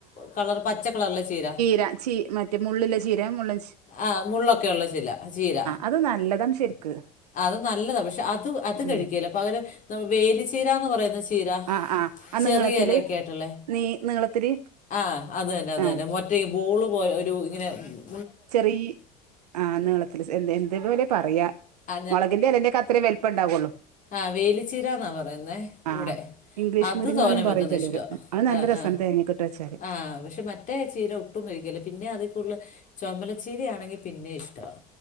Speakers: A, on the left (about 40°); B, on the right (about 80°).
A: കളർ പച്ച കളറ്ള്ള ചീര
B: ര ചീ മറ്റേ മുള്ള് ഇള്ള ചീര മുള്ളച്ചീ
A: ആഹ് മുള്ളൊക്കെ ഒള്ള ചില ചീര
B: അത് നല്ലതാണ് ശരിക്ക്
A: അത് നല്ലതാ പക്ഷെ അത് അത്
B: ഉം
A: കഴിക്കേല്ല പകരം നമ് വേലിച്ചീരാന്ന് പറയുന്ന ചീ ചീരാ
B: ആഹ് ആഹ് ആ
A: ചെറിയ
B: നീളത്തില്
A: എലെയെക്കെ ആയിട്ടുള്ളേ
B: നീ നീളത്തില്
A: ആഹ് അത് തന്നെ അത്
B: ആഹ്
A: തന്നെ മറ്റെ ബോള് പോലെ ഒരു ഇങ്ങനെ ഉം
B: ചെറീ ആ നീളത്തില് സ് എ എന്തേതുപോലെ പറയാ
A: ആ
B: മൊളകിന്റെ എലെന്റെക്കെ അത്രേ വലിപ്പണ്ടാവുള്ളു
A: ആഹ് വേലിച്ചീരാന്നാ പറയുന്നേ
B: ആഹ്
A: ഇവിടെ
B: ഇംഗ്ലീഷ്
A: അത്
B: മുരിങ്ങാന്നും
A: തോരൻ
B: പറയും
A: വെക്കുന്ന
B: ചിലര്
A: ഇഷ്ട്ടാ
B: അത് നല്ല
A: ആഹ്
B: രസാണ്
A: ആഹ്
B: തേങ്ങക്കിട്ട് വെച്ചാല്
A: ആഹ് പക്ഷെ മറ്റ് മറ്റേ ചീര ഒട്ടും കഴിക്കേല്ല പിന്നെ അതി കൂടല് ചൊമലച്ചീരയാണെങ്കി പിന്നെ ഇഷ്ട്ടവാ